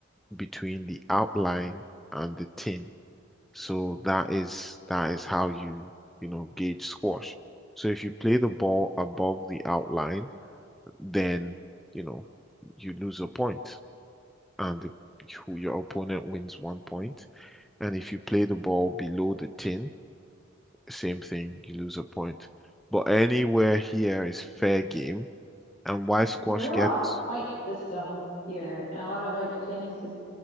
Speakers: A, in the centre; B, on the left (about 45°).
A: between the outline and the tin. So that is that is how you, you know, gauge squash. So if you play the ball above the outline, then, you know, you lose a point and the, who- your opponent wins one point. And if you play the ball below the tin, same thing, you lose a point. But anywhere here is fair game. And why squash
B: There's a
A: gets
B: lot of point system here and a lot of like things to